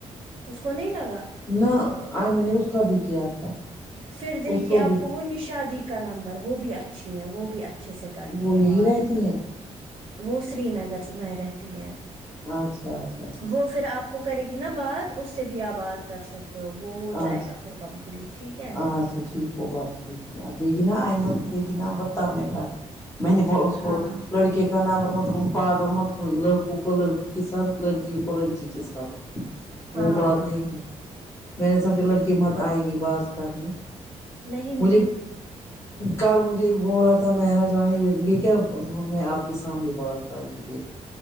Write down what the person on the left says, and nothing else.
نہ آئے میں نے اس کا بھی کیا تھا
اس
بھی
وہ
یہی
رہتی ہیں
اچھا اچھا اچھا
ہاں
اچھا
اچھا ٹھیک وہ بات ٹھیک د گی نا ایئمن دگی نابرتاب میں میں نے اس کو
لڑکے نامبر م پاگل م تھ لڑکوں کو لڑکوں کے ساتھ لڑکیوں کو لڑکی کے ساتھ
وہ بات نہیں ہے میں نے سمجھا لڑکی مت آئیں گی بات کرنے
مجھے
کل مجھے بول رہا تھا مہراجانی یہ کیا میں آپ کے سامنے بات کروں دیک